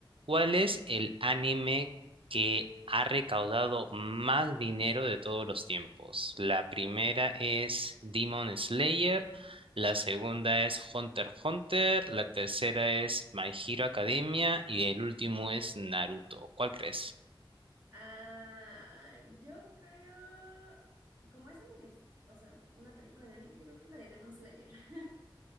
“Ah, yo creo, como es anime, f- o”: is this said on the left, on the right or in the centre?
Right